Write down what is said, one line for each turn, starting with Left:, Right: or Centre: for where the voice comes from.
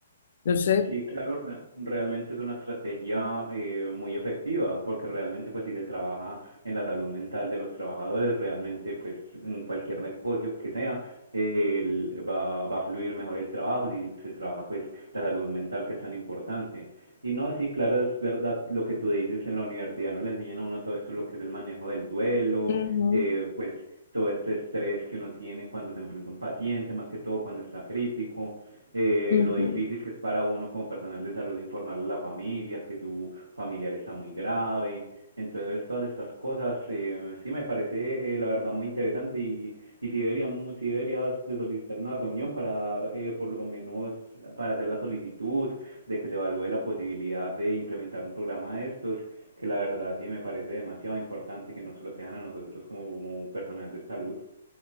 Left: Entonces,
Right: Sí, claro, re- realmente es una estrategia eh, muy efectiva, porque realmente pues si se trabaja en la salud mental de los trabajadores, realmente pues en cualquier negocio que sea, eh, el- va, va a fluir mejor el trabajo si se trabaja pues la salud mental que es tan importante. Y no, sí, claro, es verdad lo que tú dices, en la universidad no le enseñan a uno todo esto, lo que es el manejo del duelo,
Left: ujú,
Right: eh, pues todo este estrés que uno tiene cuando se enfrenta a un paciente, más que todo cuando está crítico, eh,
Left: ujú.
Right: lo difícil que es para uno como personal de salud informarle a la familia que su familiar está muy grave. Entonces, todas estas cosas eh, sí me parece, eh, la verdad, muy interesante y, y sí, deberíamos, sí deberías de solicitar una reunión para dar, eh, por lo menos, para hacer la solicitud de que se evalúe la posibilidad de implementar un programa de estos que la verdad sí me parece demasiado importante que nos protejan a nosotros como, como personal de salud.